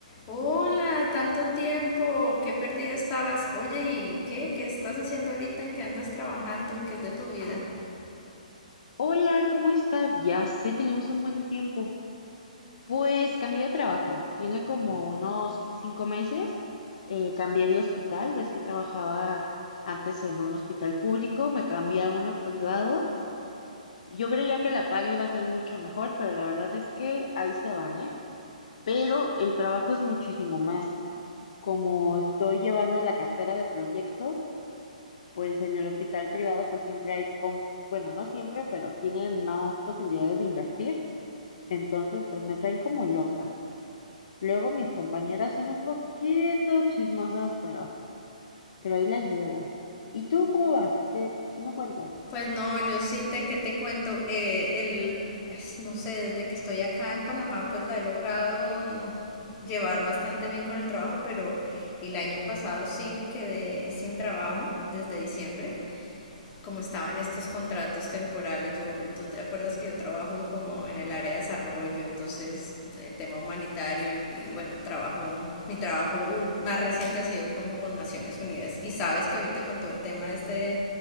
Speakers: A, on the left (about 30°); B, on the left (about 60°).
A: Hola, tanto tiempo, qué perdida estabas. Oye, ¿y qué? ¿Qué estás haciendo ahorita? ¿En qué andas trabajando? ¿Qué es de tu vida?
B: Hola, ¿cómo estás? Ya sé, tenemos un buen de tiempo. Pues cambié de trabajo. Tiene como unos cinco meses. eh, cambié de hospital. Ves que trabajaba antes en un hospital público, me cambié a uno privado. Yo creía que la paga iba a ser mucho mejor, pero la verdad es que ahí se van, ¿eh? Pero el trabajo es muchísimo más. Como estoy llevando la cartera de proyectos, pues en el hospital privado, pues siempre hay, con... bueno, no siempre, pero tienen más posibilidades de invertir. Entonces, pues me traen como loca. Luego mis compañeras son un poquito chismosas, pero, pero ahí la llevo. ¿Y tú cómo vas? ¿Qué, qué me cuentas?
A: Pues no, yo sí te, qué te cuento? Eh, el, ay, no sé, desde que estoy acá en Panamá, pues la he logrado llevar bastante bien con el trabajo, pero el año pasado sí me quedé sin trabajo desde diciembre. como estaba en estos contratos temporales, yo, tú te acuerdas que yo trabajo como en el área de desarrollo, entonces el tema humanitario y, y bueno, trabajo, mi trabajo más reciente ha sido como con Naciones Unidas y sabes que ahorita con todo el tema este de,